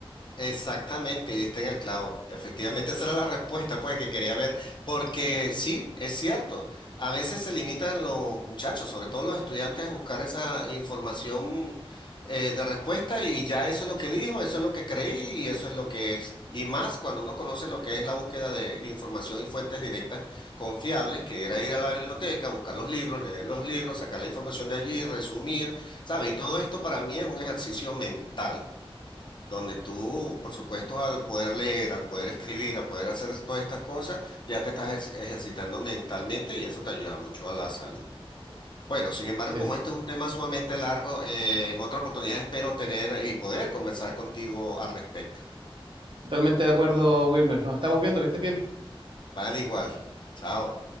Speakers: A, on the left; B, on the right.
A: Exactamente, y diste en el clavo. Efectivamente, esa era la respuesta pues, que quería ver, porque sí, es cierto. A veces se limitan los muchachos, sobre todo los estudiantes, a buscar esa información eh, de respuesta y ya eso es lo que dijo, eso es lo que creí y eso es lo que es. Y más cuando uno conoce lo que es la búsqueda de información y fuentes directas confiables, que era ir a la biblioteca, buscar los libros, leer los libros, sacar la información de allí, resumir, ¿sabe? Y todo esto para mí es un ejercicio mental donde tú, por supuesto, al poder leer, al poder escribir, al poder hacer todas estas cosas, ya te estás ejerci- ejercitando mentalmente y eso te ayuda mucho a la salud. Bueno, sin embargo,
B: Así
A: como
B: es.
A: este es un tema sumamente largo, eh, en otra oportunidad espero tener y poder conversar contigo al respecto.
B: Totalmente de acuerdo, Wilmer. Nos estamos viendo, que estés bien.
A: Vale, igual. Chao.